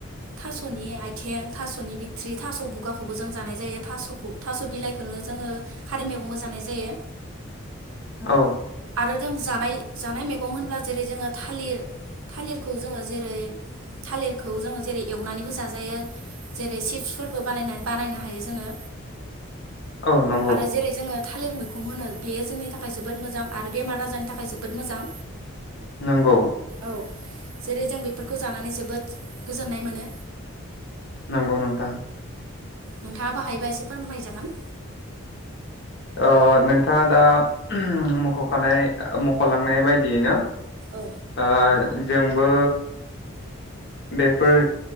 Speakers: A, on the right; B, on the left.
A: थास'नि आइथिं थास'नि बिथ्रि थास' बुगाखौबो जों जानाय जायो थास'खौ थास' बिलाइखौनो जोङो खारै मैगंबो जानाय जायो।
B: औ
A: आरो जों जानाय जानाय मैगं होनब्ला जेरै जोङो थालिर थालिरखौ जोङो जेरै थालिरखौ जोङो जेरै एवनानैबो जाजायो जेरै चिप्सफोरबो बानायना बानायनो हायो जोङो
B: औ नंगौ
A: आरो जेरै जोङो थालिर मैखम होनो बेयो जोंनि थाखाय जोब बोद मोजां आरो बेमार आजारनि थाखाय जोबोद मोजां।
B: नोंगौ।
A: औ जेरै जों बेफोरखौ जानानै जोबोद गोजोननाय मोनो।
B: नंगौ नोंथां।
A: नोंथाङाबो हायोबा एसे फोरमाय जागोन।
B: ओ नोंथाङा दा मुख'खानाय ओ मुख'लांनाय बायदियैनो
A: औ
B: ओ जोंबो बेफोर